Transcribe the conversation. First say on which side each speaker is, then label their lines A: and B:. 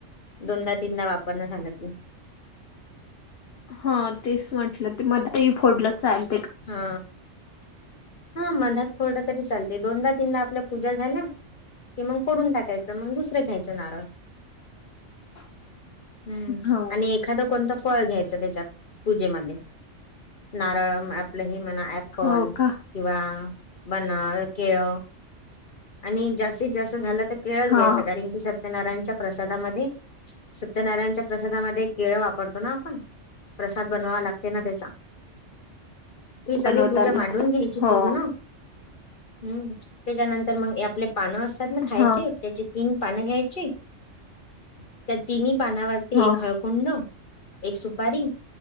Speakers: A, on the left (about 40°); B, on the left (about 55°).
A: दोनदा तीनदा वापरणं झालं त
B: हा तेच म्हटलं ते म ते फोडलं चाल
A: हा हा मधात फोरडं तरी चालते दोनदा तीनदा आपल्या पूजा झाल्या कि मग फोडून टाकायचं मग दुसरं घ्यायचं नारळ
B: <inaudible>
A: हम्म
B: हो
A: आणि एखादा कोणत फळ घ्यायच त्याच्यात पूजेमध्ये नारळ आपलं हे म्हणा ऍपल
B: हो का
A: किंवा बना केळ आणि जास्तीत जास्ती झा तर केळच
B: हा
A: घ्यायच कारण की सत्यनारायच्या प्रसादामध्ये सत्यनारायणच्या प्रसादामध्ये केळ वापरतो ना आपण प्रसाद बनवावा लागते ना त्याचा मी सगळी
B: बनवताना
A: पूजा मांडून घ्यायची
B: हो
A: पूर्ण हम्म त्याच्यानंतर तर मग आपले पानं असतात ना खायचे
B: हा
A: त्याचे तीन पानं घ्यायचे त्या तिनही पानावरती
B: हा
A: एक हळकुंड एक सुपारी